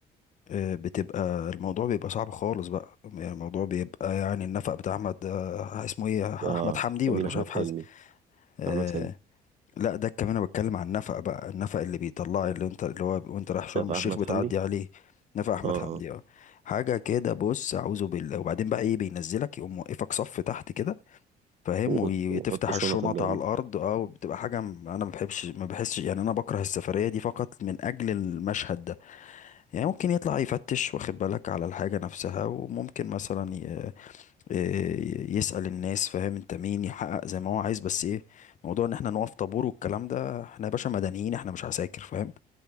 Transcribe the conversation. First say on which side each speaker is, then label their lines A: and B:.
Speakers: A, on the left; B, on the right.
A: آه، بتبقى الموضوع بيبقى صعب خالص بقى يعني الموضوع بيبقى يعني النفق بتاع احمد آه، اسمه ايه احمد
B: اه
A: حمدي
B: كمين
A: ولا مش
B: احمد
A: عارف حازم
B: حلمي
A: آه
B: احمد حلمي
A: لا ده كمان انا بتكلم عن النفق بقى النفق اللي بيطلع اللي انت اللي هو وانت رايح شرم
B: ده في
A: الشيخ
B: احمد
A: بتعدي
B: حمدي
A: عليه نفق احمد
B: اه
A: حمدي
B: اه
A: اه حاجه كده بص اعوذ بالله وبعدين بقى ايه بينزلك يقوم موقفك صف تحت كده فاهم
B: و-
A: وي-
B: وحط
A: وتفتح
B: شنطك
A: الشنط
B: جنبك
A: على الارض اه وبتبقى حاجه م- انا ما بحبش ما بحسش يعني انا بكره السفريه دي فقط من اجل المشهد ده يعني ممكن يطلع يفتش واخد بالك على الحاجة نفسها وممكن مثلا ي... ي- يسأل الناس فاهم انت مين يحقق زي ما هو عايز بس ايه موضوع ان احنا نقف طابور والكلام ده احنا يا باشا مدنيين احنا مش عساكر فاهم